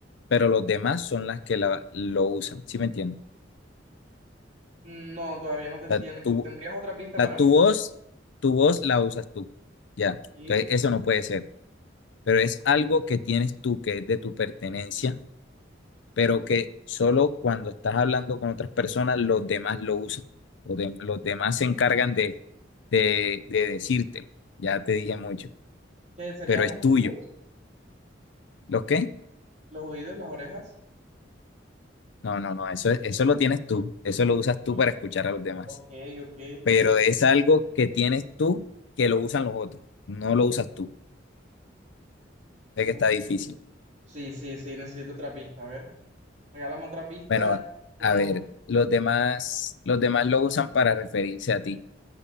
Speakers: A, on the left (about 80°); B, on the right (about 40°).
A: pero los demás son las que la, lo usan, ¿sí me entiendes?
B: No, todavía no te
A: O
B: entiendo.
A: sea, tú
B: ¿Tendrías otra pista
A: La,
B: para
A: tu
B: mí?
A: voz, tu voz la usas tú. Ya.
B: ¿Y
A: Entonces, eso no puede ser. Pero es algo que tienes tú, que es de tu pertenencia, pero que solo cuando estás hablando con otras personas, los demás lo usan. Los, dem- los demás se encargan de, de, de decírtelo. Ya te dije mucho.
B: qué serían
A: Pero es
B: los
A: tuyo.
B: oídos?
A: ¿Lo qué?
B: ¿Los oídos, las orejas?
A: No, no, no. Eso, eso lo tienes tú. Eso lo usas tú
B: Sí.
A: para escuchar a los demás.
B: Ok, ok.
A: Pero es algo que tienes tú que lo usan los otros. No lo usas tú. Es que
B: Uf.
A: está difícil.
B: Sí, sí, sí, necesito otra pista. A ver, regálame otra pista
A: Bueno,
B: como...
A: a ver,
B: de-
A: los demás, los demás lo usan para referirse a ti.